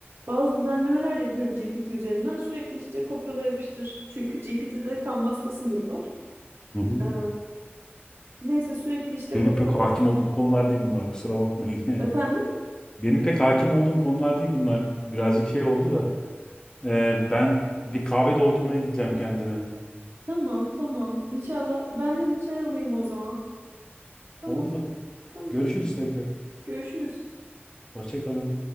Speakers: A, on the right; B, on the left.
A: Bazı düzenlemeler yapıyorum GPT üzerinden. Sürekli işte kopyala yapıştır. Çünkü GPT'de kanvasta sınırı var.
B: hı.
A: Ee, neyse sürekli işte
B: Benim
A: kopyala
B: pek hakim
A: yapıştır.
B: olduğum konular değil bunlar. Kusura bakmayın yani.
A: Efendim?
B: Benim pek hakim olduğum konular değil bunlar. Birazcık şey oldu da. Ee, ben bir kahve doldurmaya gideceğim kendime.
A: Tamam tamam. İnşallah ben de bir çay alayım o zaman. Tamam
B: Oldu.
A: tamam.
B: Görüşürüz tekrar.
A: Görüşürüz.
B: Hoşça kalın.